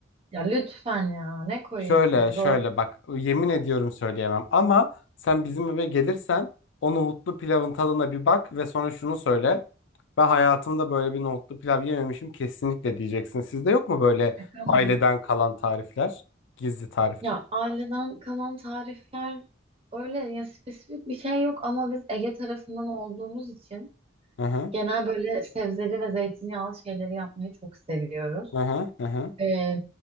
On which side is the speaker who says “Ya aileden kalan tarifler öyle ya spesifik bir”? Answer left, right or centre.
Right